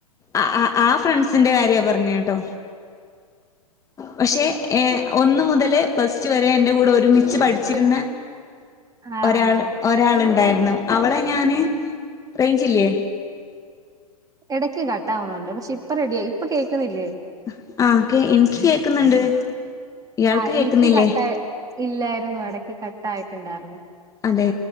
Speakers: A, on the left (about 15°); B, on the right (about 20°).
A: ആ ആ ഫ്രണ്ട്സിന്റെ കാര്യ പറഞ്ഞ് കേട്ടോ. പക്ഷേ ഏ ഒന്ന് മുതലെ പ്ലസ്റ്റൂ വരെ എന്റെ കൂടെ ഓര് ഒരുമിച്ച് പഠിച്ചിരുന്ന
B: ആഹ് ആഹ്
A: ഒരാൾ ഒരാളുണ്ടായി രുന്നു. അവളെ ഞാന് റേഞ്ചില്ലേ?
B: ഇടയ്ക്ക് കട്ടാവുന്നുണ്ട് പക്ഷെ ഇപ്പൊ റെഡിയ ആയി ഇപ്പൊ കേൾക്കുന്നില്ലേ?
A: ഹ് ആഹ് കേ എന്ക്ക് കേക്കുന്നുണ്ട് ഇയാൾക്ക്
B: ആഹ്
A: കേക്കുന്നില്ലേ?
B: എനിക്ക് കട്ടായി ഇല്ലായിരുന്നു ഇടക്ക് കട്ട ആയിട്ടുണ്ടായിരുന്നു.
A: അതെ